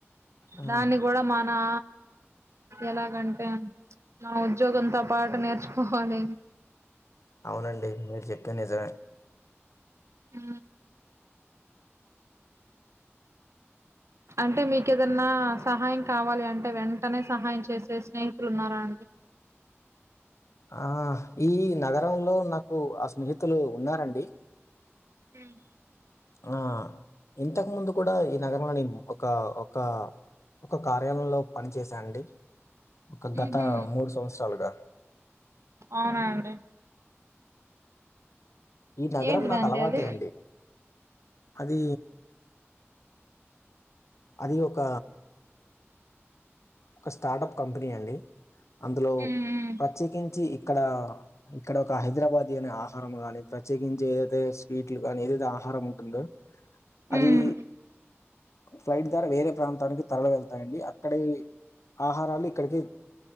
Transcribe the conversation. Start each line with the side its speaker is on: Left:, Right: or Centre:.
Left: ఆ
Right: దాన్ని కూడా మనా ఎలాగంటే నా ఉద్యోగంతో పాటూ నేర్చుకోవాలి
Left: అవునండి మీరు చెప్పి నిజమే
Right: ఊ అంటే మీకు ఏదన్నా సహాయం కావాలి అంటే వెంటనే సహాయం చేసే స్నేహితులున్నారా అండి
Left: ఆ ఈ నగరంలో నాకు ఆ స్నేహితులు ఉన్నారండి
Right: ఉమ్
Left: అనా ఇంతకు ముందు కూడా ఈ నగరంలో నేను ఒక ఒక ఒక కార్యాలంలో పని చేసా అండి ఒక గత
Right: ఊహూ
Left: మూడు సంవత్సరాలుగా
Right: అవునా అండి
Left: ఈ నగరం
Right: ఏంటిదండి
Left: నాకు అలవాటే
Right: అది
Left: అండి అది అది ఒక ఒక స్టార్టప్ కంపెనీ అండి అందులో
Right: మ్మ్
Left: ప్రత్యేకించి ఇక్కడ ఇక్కడ ఒక హైదరాబాదీ అనే ఆహారం గానీ ప్రత్యేకించి ఏదైతే స్వీట్లు కానీ ఏదైతే ఆ హారం ఉంటుందో అది
Right: మ్మ్
Left: ఫ్లైట్ ద్వారా వేరే ప్రాంతానికి తరలి వెళ్తాయండి అక్కడే ఆహారాలు ఇక్కడికి